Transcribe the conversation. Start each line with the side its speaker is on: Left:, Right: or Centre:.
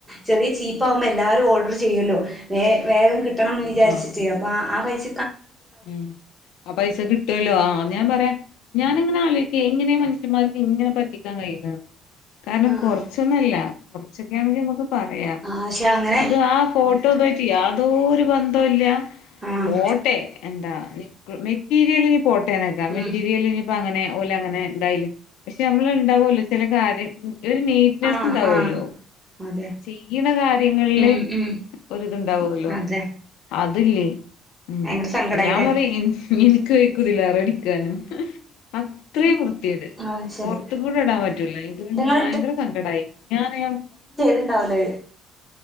Centre: ചെറിയ ചീപ്പ് പ്പാവുമ്പോ എല്ലാരും ഓഡറ് ചെയ്യാേല്ലോ വേ വേഗം കിട്ട ട്ടണംന്ന് വിചാരിച്ചിട്ടെ
Left: ആഹ്
Centre: അപ്പ ആ പൈസ
Left: ഉം അ പൈസ കിട്ടാേലോ ആ അത് ഞാൻ പറ്യാ ഞാാനിങ്ങനെ ആലോയിക്കെ എങ്ങനെ മനുഷ്യന്മാർക്ക് ഇങ്ങനെ പറ്റിക്കാൻ കഴിയുന്നെന്ന്‌ കാരണം
Centre: ആഹ്
Left: കൊറച്ചൊന്നല്ല കൊറച്ചൊക്ക ആണെങ്കിമ്മക്ക് പറയാം
Centre: ആഹ് പക്ഷെ അങ്ങനെ
Left: അത് ആ ഫോട്ടോതൊയ് യാതൊരു ബന്ധോല്ല
Centre: ആഹ്
Left: പോട്ടെ എന്താ മെറ്റി മെറ്റീരിയലെലും പോ നക്കാ മെറ്റീരിയല്
Centre: ഉം
Left: ഇനിപ്പ അങ്ങനെ ഓലങ്ങനെ ഇണ്ടായില് പക്ഷെ നമ്മള് ഇണ്ടാവൊല്ലോ ചെല കാര്യം ഒരു നീറ്റ്നെസ്
Centre: ആഹ്
Left: ഇണ്ടാവോലോ
Centre: ആഹ് അതെ
Left: ചെയ്യ്ണ കാര്യങ്ങളില്
Centre: ഉം ഉം
Left: ഒരിതുണ്ടാവോലോ
Centre: അതെ
Left: അതില്ലേ ഉം
Centre: ഭയങ്കര സങ്കടായില്ലേ
Left: ഞാൻ പറയും ഇൻ എനിക്ക് <unintelligible> കുതിലാറ അടിക്കാനും അത്രയും വൃത്ത്യേട്
Centre: ആഹ് ശരി
Left: പൊറത്തെ കൂടെ ഇടാൻ പറ്റൂല എനിക്ക് പിന്നെ
Centre: ഇത്ങ്ങൾ
Left: ഭയങ്കര സങ്കടമായി ഞാൻ <unintelligible>
Centre: ഇണ്ടാവുലേ